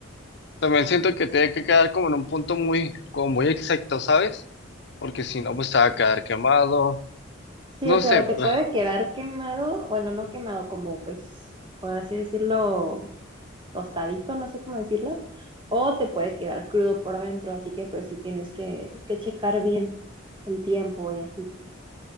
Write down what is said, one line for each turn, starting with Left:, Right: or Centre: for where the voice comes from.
Left: también siento que tiene que quedar como en un punto muy, como muy exacto, ¿sabes? Porque si no, pues te va a quedar quemado.
Right: Sí,
Left: No
Right: o sea,
Left: sé,
Right: te
Left: pero-
Right: puede quedar quemado, bueno, no quemado, como pues, por así decirlo, tostadito, no sé cómo decirlo, o te puede quedar crudo por adentro, así que pues sí tienes que, que checar bien el tiempo y así.